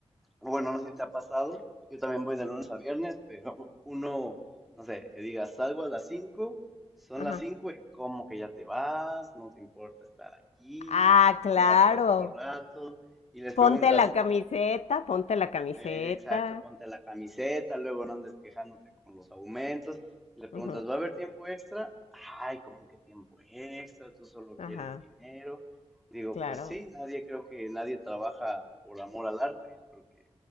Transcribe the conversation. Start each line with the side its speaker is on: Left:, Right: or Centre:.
Centre: bueno, no sé si te ha pasado. Yo también voy de lunes a viernes, pero <laughs> uno, no sé, que diga, salgo a las 5, son
Left: Ajá.
Centre: las 5 y como que ya te vas, no te importa estar aquí,
Left: Ah, claro.
Centre: quédate otro rato. Y les preguntas,
Left: Ponte la camiseta, ponte la camiseta.
Centre: eh, exacto, ponte la camiseta, luego no andes quejándote con los aumentos. Y le preguntas,
Left: Ujú,
Centre: ¿va a haber tiempo extra? Ay, ¿cómo que tiempo extra? Tú solo
Left: Ajá,
Centre: quieres dinero. Y digo,
Left: claro.
Centre: pues sí, nadie creo que nadie trabaja por amor al arte. Yo creo que